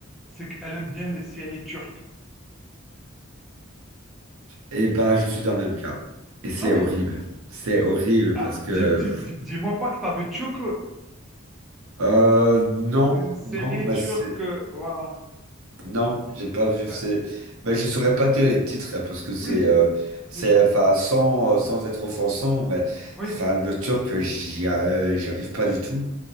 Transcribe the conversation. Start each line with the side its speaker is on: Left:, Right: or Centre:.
Centre: c'est qu'elle aime bien les séries turques.
Right: et ben je suis dans le même cas et c'est
Centre: Ah oui?
Right: horrible. C'est horrible
Centre: Alors,
Right: parce que
Centre: dis, dis- dis- dis-moi pas que t'as vu Çukur,
Right: Euh, non,
Centre: une série
Right: non, mais
Centre: turque,
Right: c'est...
Centre: euh, voilà.
Right: Non, j'ai pas vu.
Centre: Ben,
Right: C'est... Mais
Centre: m-
Right: je saurais pas te dire les titres, hein, parce que c'est...
Centre: oui,
Right: euh, c'est
Centre: oui, je vois
Right: enfin,
Centre: ça.
Right: sans, euh, sans être offensant, mais
Centre: Oui,
Right: enfin, le turc, euh, j'y, a- euh, j'y arrive pas du tout.